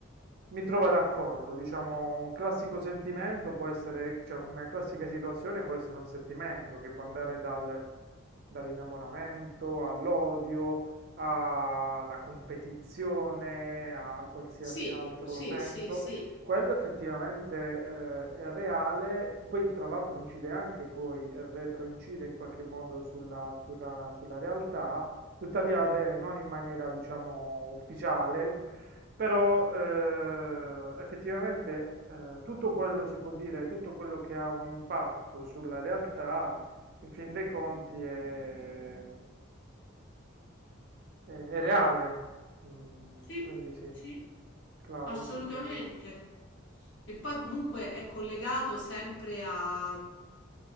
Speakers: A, on the right; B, on the left.
A: mi trovo d'accordo, diciamo, un classico sentimento può essere, cioè una classica situazione può essere un sentimento che può andare dal- dall'innamoramento all'odio, alla competizione, a qualsiasi
B: Sì,
A: altro
B: sì,
A: senso.
B: sì, sì,
A: Quello effettivamente, eh, è reale, poi tra l'altro incide anche poi, eh, retroincide in qualche modo sulla, sulla- sulla realtà, tuttavia va bene, non in maniera diciamo ufficiale, però eh, effettivamente eh, tutto quello si può dire, tutto quello che ha un impatto sulla realtà, in fin dei conti è, è- è reale, Mm,
B: sì,
A: quindi sì,
B: sì,
A: claro,
B: assolutamente.
A: sì sì.
B: E poi comunque è collegato sempre a,